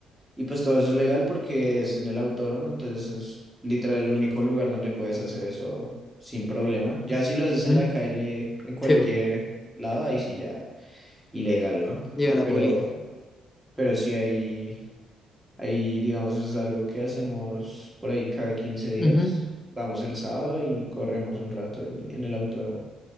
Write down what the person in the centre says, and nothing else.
Y pues todo eso es legal porque es en el autódromo, entonces es literal el único lugar donde puedes hacer eso sin problema. Ya si lo haces
en la calle, en cualquier
lado, ahí sí ya ilegal, ¿no?
Eh,
Pero,
pero sí hay ahí digamos es algo que hacemos por ahí cada quince días.
Vamos el sábado y corremos un rato ahí en el autódromo.